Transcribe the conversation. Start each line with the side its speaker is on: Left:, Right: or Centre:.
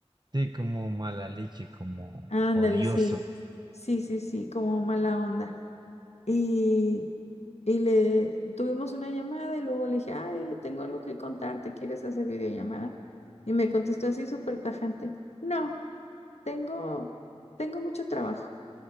Right: Sí, como mala leche, como
Left: Ándale,
Right: odioso,
Left: sí, sí, sí, sí, como mala onda. Y, y le tuvimos una llamada y luego le dije, ay, tengo algo que contarte, ¿quieres hacer videollamada? Y me contestó así súper tajante, no, tengo, tengo mucho trabajo,